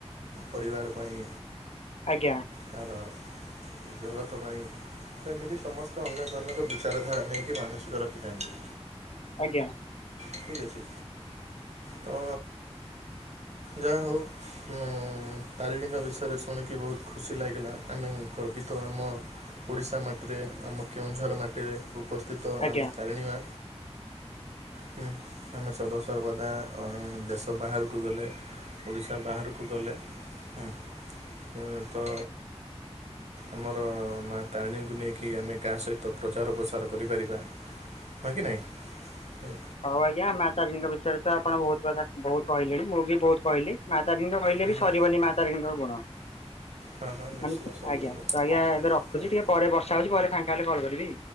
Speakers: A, on the right; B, on the left.
A: ପରିବାର ପାଇଁ।
B: ଆଜ୍ଞା
A: କାର ଜଗତ ପାଇଁ ତ ଏମିତି ସମସ୍ତେ ଅନେକ ଅନେକ ବି ଚାରଧାରା ନେଇକି ମାନସିକ ରଖିଥାନ୍ତି।
B: ଆଜ୍ଞା।
A: ଠିକ ଅଛି ତ ଯାହା ହଉ। ହୁଁ ତାରିଣୀଙ୍କ ବିଷୟରେ ଶୁଣିକି ବହୁତ ଖୁସି ଲାଗିଲା ଆମେ ଗର୍ବିତ ଆମ ଓଡ଼ିଶା ମାଟିରେ ଆମ କେଉଁଝର ମାଟିରେ ଉପସ୍ଥିତ
B: ଆଜ୍ଞା
A: ଆମ ତାରିଣୀମା। ହୁଁ ଆମେ ସଦାସର୍ବଦା ଦେଶ ବାହାରକୁ ଗଲେ। ଓଡ଼ିଶା ବାହାରକୁ ଗଲେ ହୁଁ ତ। ଆମର ମା ତାରିଣୀଙ୍କୁ ନେଇକି ଆମେ କାହା ସହିତ ପ୍ରଚାର ପ୍ରସାର କରିପାରିବା। ହ କି ନାଇଁ ହଁ।
B: ହଉ ଆଜ୍ଞା ମା ତାରିୀଙ୍କ ବିଷୟରେ ତ ଆପଣ ବହୁତ କଥା ବହୁତ କହିଲେଣି ମୁଁ ବି ବହୁତ କହିଲି ମା ତାରିଣୀଙ୍କ କହିଲେ
A: ହଁ
B: ବି ସରିିବନ
A: ହଁ
B: ମାତାରେଣୀଙ୍କ ଗୁଣ।
A: ହଁ ହଁ ନିଶ୍ଚିତ
B: ମାନେ
A: ସରିବନି
B: ଆଜ୍ଞା ତ ଆଜ୍ଞା ଏବେ ରଖୁଛି
A: ଆଜ୍ଞା
B: ଟିକେ ପରେ ବର୍ଷା ହଉଛି ପରେ ଫାଙ୍କା ହେଲେ କଲ୍ କରିବି।